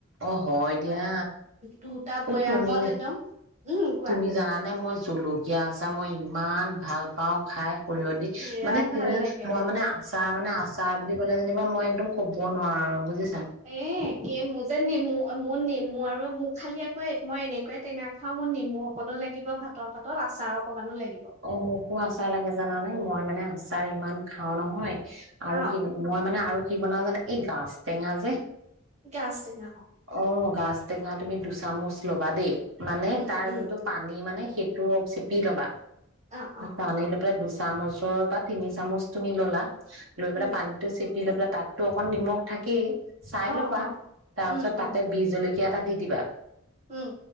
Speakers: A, on the right (about 65°); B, on the right (about 35°).
A: অ হয় দিয়া
B: দুটা
A: অ
B: বৈয়ামত
A: তুমি
B: একদম উম কোৱা
A: তুমি জানানে মই জলকীয়া আ মই ইমান ভাল পাওঁ খাই কৰিব দি
B: বিৰাট
A: মানে
B: ভাল
A: তুমি
B: লাগে।
A: মই মানে আচাৰ মানে আচাৰ বুলি ক'লে যেনিবা মই একদম ক'ব নোৱাৰো বুজিছ
B: এ একে মোৰ যে নেমু মোৰ নেমু আৰু মোৰ খালি আকৌ মই এনেকুৱাই টেঙা খাও মোৰ নিমু অকনো লাগিব ভাতৰ পাতত আচাৰ অকনমানো লাগিব
A: অ মোকো আচাৰ লাগে জানা নে মই মানে আচাৰ ইমান খাওঁ নহয় আৰু
B: আহ
A: স মই মানে আৰু কি বনাও জানা এই গাছ টেঙা যে
B: গাজটৈঙা
A: অ গছ ঔ টেঙা তুমি দুচামুচ ল'বা দেই মানে
B: উম
A: তাৰ
B: উম
A: যোনটো পানী মানে সেই তটো চিপি ল'বা
B: অ অ
A: তানেিল প দুচ চামুচৰ বা তিনি চামুচ তুমি ল'লা লৈ পেলাই
B: উম
A: পানীতটো চেপ দি লৈ পেলাই তাততো অকণ নিমখ থাকেই চাই
B: অ
A: ল পা
B: অ
A: তাৰ
B: উম
A: পিছত
B: উম
A: তাতে বজলৈ এটা দি দিবা
B: উম